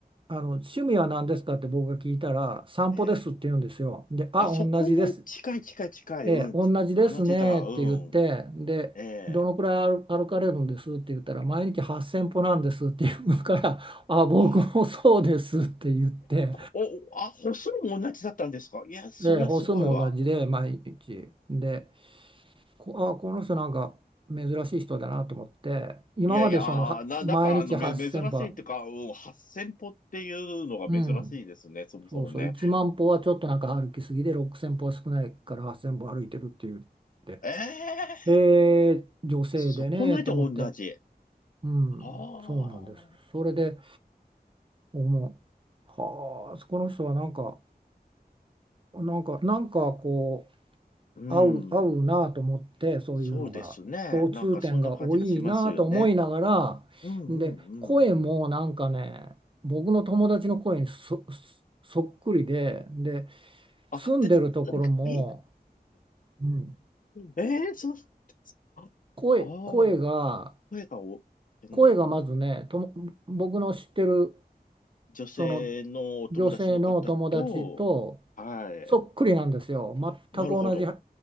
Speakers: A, on the right; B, on the left.
A: あの趣味は何ですかって僕が聞いたら、散歩ですって言うんですよ。
B: ええ。
A: で、あ、
B: あ、そこも近い近い近い、
A: 同じです。ええ、
B: うん。
A: 同じですねって言って、
B: 同じだ、うん。
A: で、
B: ええ。
A: どのくらい歩歩かれるんですって言ったら、毎日8000歩なんですって言うから、あ、僕もそうですって言って、
B: はお、あ、歩数も同じだったんですかいや、そりゃすごいわ。
A: で、歩数も同じで、毎日。で、こ、あ、この人なんか珍しい人だなと思って今までそのは毎日8,000歩
B: いやいや、あーな、なんか、あの、め、珍しいっていうか、うん、8000歩っていうのが珍しいですね、
A: うん
B: そもそもね。
A: そうそう1万歩はちょっとなんか歩きすぎで6,000歩は少ないから8,000歩歩いてるって言って
B: ええ
A: へえ女性でねと思って
B: そこまで同じ。
A: うんそうなんですそれで
B: ああ、
A: 思うはあこの人はなんかなんかなんかこ
B: うん。
A: 合う、合うなと思ってそういうのが共通点が多いなと思いながらで声もなんかね僕の友達の声にそ、
B: そうですね。なんか、そんな感じがしますよね。うんうんうん。
A: そっくりで、で
B: あ、
A: 住んでるところも、
B: で、<laughs> え
A: うん、
B: えそう、ああ
A: 声、
B: ー、
A: 声が
B: 声がお、うん。
A: 声がまずねとも僕の知ってる
B: 女性のお友達の方と、
A: その女性の友達と
B: はい。
A: そっくりなんですよ。
B: なるほど。
A: 全く同じ。